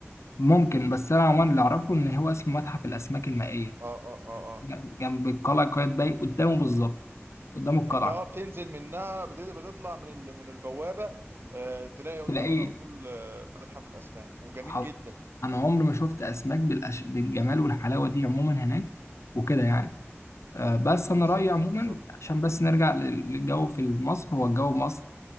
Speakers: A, on the left; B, on the right.
A: ممكن بس انا عموما اللي اعرفه ان هو اسمه متحف الاسماك المائية
B: اه اه اه اه
A: جنب جنب القلعة قايتباي قدامه بالظبط قدام
B: انت
A: القلعة
B: اه بتنزل منها بت- بتطلع من ال- من البوابة آه، تلاقي قدامك
A: تلاقيه
B: على طول آه، متحف الأسماك وجميل
A: حاضر.
B: جدا
A: انا عمري ما شفت اسماك بالأش... بالجمال والحلاوه دي عموما هناك وكده يعني أه بس
B: بالظبط
A: انا رايي عموما
B: بالظبط
A: عشان بس نرجع لل- للجو في مصر هو الجو في مصر